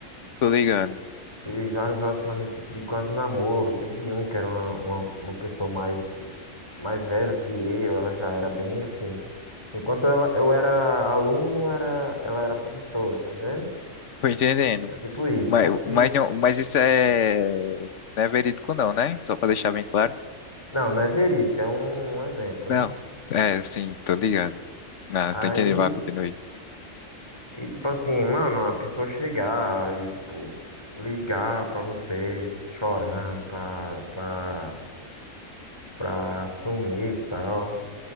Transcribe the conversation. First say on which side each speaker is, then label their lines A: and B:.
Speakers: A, on the left; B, on the left.
A: tô ligado,
B: Tive vários relacionamentos de, de quase namoro. Teve um que era uma, uma, uma pessoa mais, mais velha que eu, ela já era bem assim. Enquanto ela, eu era aluno, era, ela era professora, tá entendendo?
A: tô entendendo.
B: É tipo isso.
A: Mas,
B: Só que
A: mas, não, mas isso é, não é verídico não, né? Só pra deixar bem claro.
B: Não, não é verídico, é um, um exemplo,
A: Não,
B: né?
A: é, sim, tô ligado. Não,
B: Aí,
A: tem que animar, continue.
B: e tipo assim, mano, a pessoa chegar e, tipo, ligar pra você chorando, pra, pra, pra assumir e tal.